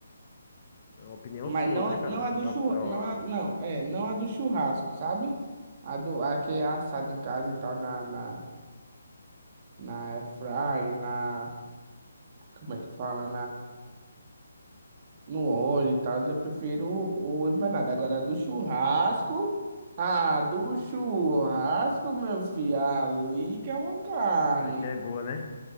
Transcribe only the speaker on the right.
Mas
não,
não
a do churrasco.
Não, a- não,
é, não a do churrasco, sabe? A, do, a que é assada em casa e tal, na, na, na airfryer, na. Como é que fala? no óleo e tal, eu prefiro o empanado. Agora, do churrasco. Ah, do churrasco, meu filho. Ali que é uma carne.